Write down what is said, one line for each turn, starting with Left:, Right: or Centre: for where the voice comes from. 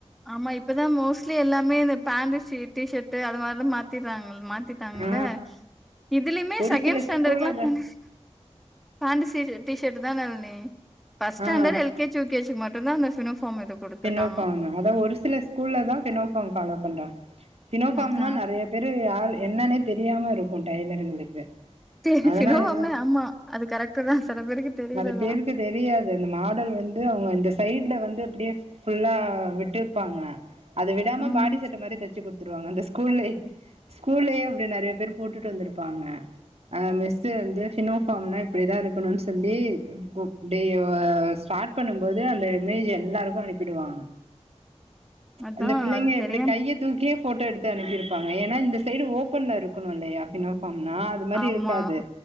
Centre: ஆமா இப்பதா மோஸ்ட்லி எல்லாமே இந்த பேண்ட் ஷீட் டி ஷர்ட் அது மாரிலா மாத்திறாங்க மாத்திட்டாங்கள
Right: ஆ
Centre: இதுலயுமே
Right: ஒரு
Centre: செகண்ட்
Right: சில
Centre: ஸ்டாண்டர்டுகுலா
Right: ஸ்கூல்ல அத
Centre: ஃப்னிஷ் பாண்டிசிடு டி ஷர்ட் தா நளினி ஃபஸ்ட் standard
Right: ஆ
Centre: L K G U K G இது மட்டு தா பினோபா ஃபம் இது குடுத்துருக்காங்க
Right: ஃபினோஃபார்ம் அதா ஒரு சில ஸ்கூல்ல தா பினோபாஃர்ம் ஃபாலோ பண்றாங்க பினோபாஃம்னா
Centre: அதா
Right: நெறைய பேரு யார் என்னன்னேத் தெரியாம இருக்கு டைலருங்களுக்கு
Centre: <unintelligible>
Right: அதனால
Centre: பினோ பாஃம்னா ஆமா அது கரெக்ட் தா சில பேருக்கு தெரியலதா
Right: நெறைய பேருக்கு தெரியாது அந்த மாடல் வந்து அவங்க இந்த சைடுல வந்து அப்டியே ஃபுல்லா விட்டுருப்பாங்க அத விடாம
Centre: ம்
Right: பாடி சட்ட மாரி தச்சு குடுத்துருவாங்க அந்த ஸ் கூல்லே ஸ்கூல்லே அப்டி நெறைய பேர் போட்டுட்டு வந்துருப்பாங்க அ மிஸ்ஸு வந்து ஃபினோஃபாம்னா இப்பிடிதா இருக்கனு தம்பி டே வ ஸ்டாட் பண்ணும்போது அந்த இமேஜ் எல்லாருக்கு அனுப்பிடுவாங்க
Centre: அதா
Right: அந்த பிள்ளைங்க
Centre: அது
Right: இப்டி
Centre: தெரியாம
Right: கைய தூக்கியே ஃபோட்டோ எடுத்து அனுப்பிருப்பாங்க ஏனா இந்த சைடு ஓப்பன்ல இருக்கனு இல்லயா ஃபினோ ஃபாம்னா அது மாரி
Centre: ஆமா
Right: இருக்காது